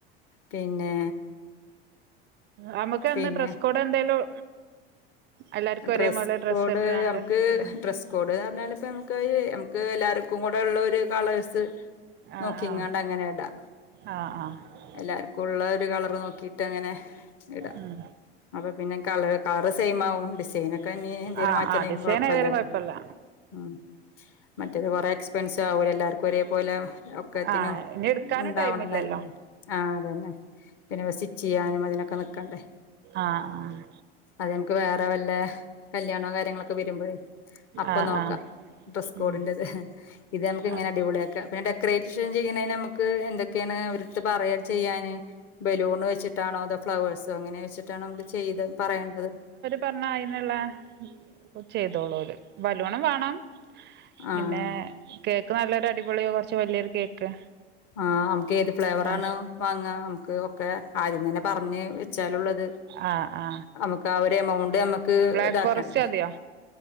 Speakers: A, on the left (about 45°); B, on the right (about 35°).
A: പിന്നെ
B: നമുക്ക് അന്ന്
A: പിന്നെ
B: ഡ്രെസ് കോഡ് എന്തേലും എല്ലാർക്കും
A: ഡ്രസ്സ്
B: ഒരേപോലെ
A: കോഡ്
B: ഇട്ട്കാണ്ട്
A: നമുക്ക്
B: ആഹ്
A: ഡ്രസ്സ് കൂട്ന്ന് പറഞ്ഞ ഇപ്പ നമുക്ക് നമുക്ക് എല്ലാവർക്കും കൂടെ ഉള്ള ഒരു കളേഴ്സ്
B: ആഹ്
A: നോക്കി ഇങ്ങാണ്ട അങ്ങനെടാ
B: ആഹ് ആഹ് ആഹ്
A: എല്ലാർക്കും ഉള്ള ഒരു കളർ നോക്കിട്ട് അങ്ങനെ ഇടാം
B: ഉം
A: അപ്പൊ പിന്നെ ക കറ കളർ സൈമാവും അയ്നോക്കെ ഇഞ് എന്തലും
B: ആഹ്
A: മാറ്റണ്ടെങ്കില
B: ആഹ് ഡിസൈൻ
A: കുഴപ്പല്ലല്ലോ
B: ഏതായാലും കൊഴപ്പല്ല
A: ഉം മറ്റേ കൊറെ പെൻസ ആകൂല എല്ലാർക്കും ഒരേപോലെ ഒക്കത്തിനും
B: ആഹ് ഇനി എടുക്കാനും
A: ഉണ്ടാവണം
B: ടൈമില്ലല്ലോ
A: എന്നല്ലല്ലോ ആഹ് അതന്നെ പിന്നെ സ്റ്റിചെയ്യാനും അതിനൊക്കെ നിക്കണ്ടേ
B: ആഹ് ആഹ്
A: അത നമക്ക് വേറെ വല്ല കല്യാണോ കാര്യങ്ങളൊക്കെ വരുമ്പോഴേ അപ്പൊ
B: ആഹ്
A: നോക്കാം
B: ആഹ്
A: ഡ്രസ്സ് കോഡിന്റത്
B: ഉം
A: ഇത് നമുക്ക് ഇങ്ങനെ
B: അതെ
A: അടിപൊളിയ ആക്കാം പിന്നെ ഡെക്കറേഷൻ ചെയ്യുന്ന നമുക്ക് എന്തൊക്കെയാണ് ഒരിടടുത്ത് പറയാ ചെയ്യാൻ ബലൂൺ വെച്ചിട്ടാണോ അതോ ഫ്ലവേഴ്സോ അങ്ങനെ വെച്ചിട്ടാണ് നമുക്ക് ചെയ്ത് പറയേണ്ടത്
B: പറഞ്ഞാൽ അയ്നുള്ള ഇത് ചെയ്തോളൂല് വലൂണം വേണാം പിന്നെ
A: ആഹ്
B: കേക്ക് നല്ലൊരു അടിപൊളിയോ കുറച്ച് വലിയൊരു കേക്ക്
A: ആഹ് നമുക്ക് ഏത് ഫ്ലേവറ
B: ആ
A: ആണ് വാങ്ങ നമുക്ക് ഒക്കെ ആദ്യം തന്നെ പറഞ്ഞ് വെച്ചാലള്ളത്
B: ആ ആ
A: നമ്മുക്ക് ആ ഒരു എമൗണ്ട് നമ്മക്ക്
B: ബ്ലാക്ക്
A: ഇതാക്കണ്ടേ
B: ഫോറസ്റ്റ് മതിയോ